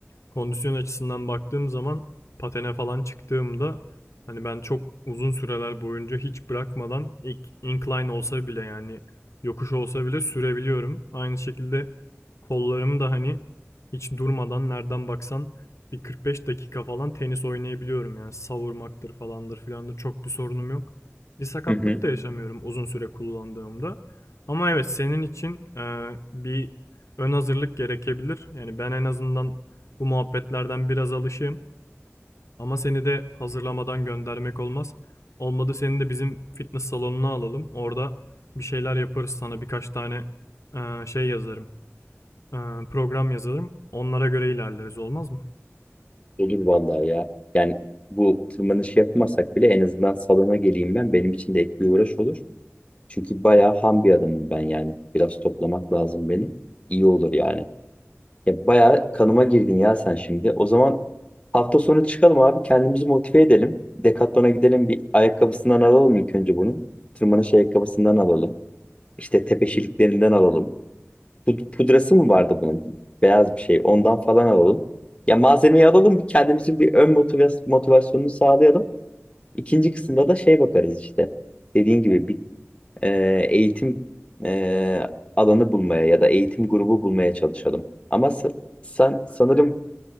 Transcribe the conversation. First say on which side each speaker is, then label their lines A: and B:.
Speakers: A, on the left; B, on the left.
A: kondisyon açısından baktığım zaman patene falan çıktığımda hani ben çok uzun süreler boyunca hiç bırakmadan ilk incline olsa bile yani yokuş olsa bile sürebiliyorum. Aynı şekilde kollarım da hani hiç durmadan nereden baksan bir 45 dakika falan tenis oynayabiliyorum yani savurmaktır falandır filandır çok bir sorunum yok. Bir sakatlık
B: Hı hı.
A: da yaşamıyorum uzun süre kullandığımda. Ama evet senin için e, bir ön hazırlık gerekebilir. Yani ben en azından bu muhabbetlerden biraz alışığım. Ama seni de hazırlamadan göndermek olmaz. Olmadı seni de bizim fitness salonuna alalım. Orada bir şeyler yaparız sana birkaç tane eee, şey yazarım. Eee, program yazarım. Onlara göre ilerleriz olmaz mı?
B: Olur vallahi ya. Yani bu tırmanış yapmasak bile en azından salona geleyim ben. Benim için de ek bir uğraş olur. Çünkü bayağı ham bir adamım ben yani. Biraz toplamak lazım beni. İyi olur yani. Ya bayağı kanıma girdin ya sen şimdi. O zaman hafta sonu çıkalım abi. Kendimizi motive edelim. Decathlon'a gidelim. Bir ayakkabısından alalım ilk önce bunun. Tırmanış ayakkabısından alalım. İşte tepeşiliklerinden alalım. Pud- pudrası mı vardı bunun? Beyaz bir şey. Ondan falan alalım. Ya malzemeyi alalım. bir Kendimizin bir ön motivas- motivasyonunu sağlayalım. İkinci kısımda da şey bakarız işte. Dediğin gibi bir e, eğitim e, alanı bulmaya ya da eğitim grubu bulmaya çalışalım. Ama sa- sen sanırım